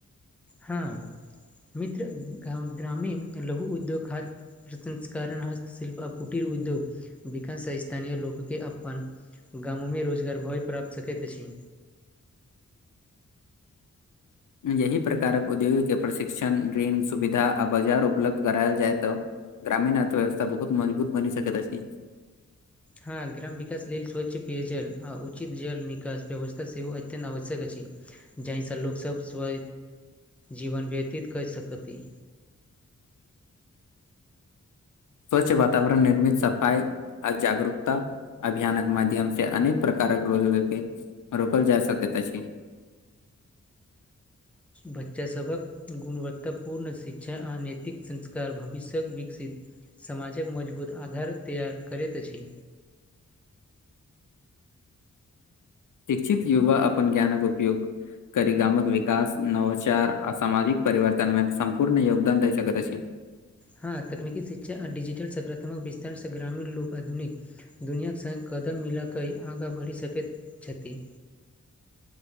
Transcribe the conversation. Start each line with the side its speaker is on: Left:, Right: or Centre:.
Centre: ह मित्र गाम ग्रामीण लघु उद्योग खात प्रसंस्करण हस्तशिल्प कुटीर उधोग विकास आ स्थानीय लोक के आह्वान गाम मे रोजगार भय प्राप्त सकैत अछि।
Left: यही प्रकार कऽ उद्योगके प्रशिक्षण ऋण सुविधा आ बाजार उपलब्ध करायल जायत ग्रामीण अर्थव्यवथा बहुत मजबूत बनि सकैत अछि।
Centre: ह ग्राम विकास लेल स्वच्छ पेयजल आ उचित जल निकास व्यवस्था सेहो अत्यन्त आवश्यक अछि जाहिसँ लोकसभ स्व जीवन व्यतीत क सकथि
Left: स्वच्छ वातावरण निर्मित सफाई आ जागरूकता अभियानक माध्यम से अनेक प्रकारक रोज के रोकल जा सकैत अछि।
Centre: बच्चा सभ कऽ गुणवत्तापूर्ण शिक्षा आ नैतिक संस्कार भविष्य्यकऽ विकसित समाजकऽ मजबूत आधार तैयार करैत अछि
Left: शिक्षित युवा अपन ज्ञान कऽ उपयोग करी गाम कऽ विकास नवचार आ सामाजिक परिवर्तन मे सम्पूर्ण योगदान द सकैत अछि
Centre: ह तकनीकी शिक्षा आ डजिटल सकारात्मक विस्तारसँ ग्रामीण लोक आधुनिक दुनियाक संग कदम मिलाकऽ आगाँ बढ़ि सकैत छथि